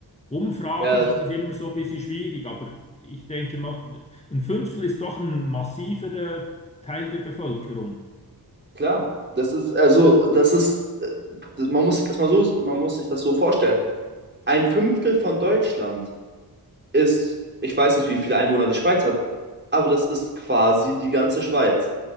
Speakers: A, on the left; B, on the right.
A: Umfragen,
B: ja, also,
A: das ist immer so ein bisschen schwierig, aber ich denke mal, ein Fünftel ist doch ein massiver äh, Teil der Bevölkerung.
B: klar. Das ist, also, das ist, äh, das- man muss sich das mal so, man muss sich das so vorstellen. Ein Fünftel von Deutschland ist, ich weiß nicht, wie viele Einwohner die Schweiz hat, aber das ist quasi die ganze Schweiz.